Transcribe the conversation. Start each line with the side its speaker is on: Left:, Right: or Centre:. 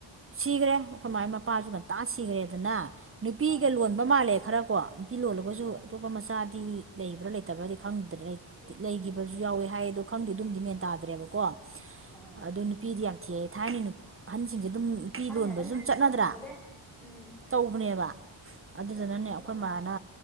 Right: ꯁꯤꯈ꯭ꯔꯦ ꯑꯩꯈꯣꯏ ꯃꯥꯏ ꯃꯄꯥꯁꯨ ꯉꯟꯇꯥ ꯁꯤꯈ꯭ꯔꯦꯗꯅ ꯅꯨꯄꯤꯒ
Centre: ꯑꯥ
Right: ꯂꯣꯟꯕ ꯃꯥꯜꯂꯦ ꯈꯔꯀꯣ ꯅꯨꯄꯤ ꯂꯣꯜꯂꯒꯁꯨ
Centre: ꯑꯣ
Right: ꯑꯇꯣꯞꯄ ꯃꯆꯥꯗꯤ ꯂꯩꯕ꯭ꯔꯥ ꯂꯩꯇꯕ꯭ꯔꯥꯗꯤ ꯈꯪꯗ꯭ꯔ ꯂꯩꯈꯤꯕꯁꯨ ꯌꯥꯎꯋꯦ ꯍꯥꯏ ꯑꯗꯣ ꯈꯪꯗꯦ ꯑꯗꯨꯝꯗꯤ ꯃꯦꯟ ꯇꯥꯗ꯭ꯔꯦꯕꯀꯣ
Centre: ꯑꯥ
Right: ꯑꯗꯨ ꯅꯨꯄꯤꯗꯤ ꯌꯥꯝ ꯊꯤꯑꯦ ꯊꯥꯏꯅ ꯑꯍꯟꯁꯤꯡꯁꯦ ꯑꯗꯨꯝ ꯅꯨꯄꯤ
Centre: ꯊꯥꯏꯅꯩ
Right: ꯂꯣꯟꯕꯁꯨ
Centre: ꯑꯍꯟ
Right: ꯑꯗꯨꯝ
Centre: ꯖꯤ ꯅꯨꯄꯤ
Right: ꯆꯠꯅꯗ꯭ꯔꯥ
Centre: ꯌꯥꯝ ꯂꯣꯜꯂꯦ ꯎꯝ
Right: ꯇꯧꯕꯅꯦꯕ ꯑꯗꯨꯗꯨꯅꯅꯦ
Centre: ꯁꯣꯇꯤꯁꯦ
Right: ꯑꯩꯈꯣꯏ
Centre: ꯁꯨꯡꯂꯥꯛ ꯂꯥꯛꯇꯦ
Right: ꯃꯥꯅ